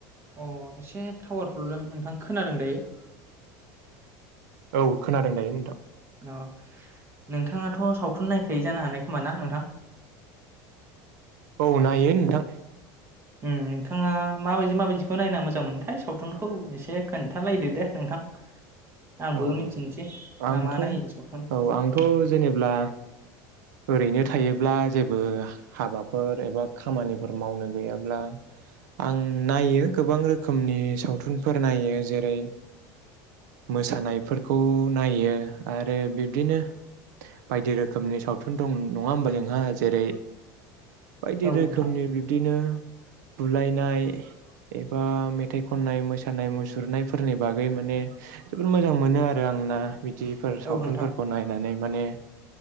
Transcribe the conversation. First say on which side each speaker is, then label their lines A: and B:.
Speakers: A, on the right (about 25°); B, on the right (about 85°).
A: अ एसे टावार प्रब्लेम नोंथां खोनादों दायो।
B: औ खोनादों दायो नोंथां।
A: ओ नोंथाङाथ सावथुन नायखायो जानो हानाय खोमा ना नोंथां?
B: औ नायो नोंथां।
A: ओम नोंथाङा माबायदि माबायदिखौ नायना मोजां मोनथाय सावथुनखौ एसे खोन्थालायदो दे नोंथां? आंबो
B: औ
A: मिथिनोसै मा
B: आंथ'
A: मा
B: औ
A: नायोबो सावथुन मोजां
B: आंथ'
A: मोनो।
B: जेनेब्ला ओरैनो थायोब्ला जेबो हाबाफोर एबा खामानिफोर मावनो गैयाब्ला आं नायो गोबां रोखोमनि सावथुनफोर नायो जेरै मोसानायफोरखौ नायो आरो बिब्दिनो बायदि रोखोमनि सावथुन। बे दं नङा होमबा जोंहा जेरै बायदि
A: औ
B: रोखोमनि
A: नोंथां
B: बिब्दिनो। बुलायनाय एबा मेथाइ खननाय मोसानाय मुसुरनायफोरनि बागै माने जोबोद मोजां मोनो आरो आंना। बिदिफोर सावथुनफोरखौ
A: औ नोंथां
B: नायनानै। माने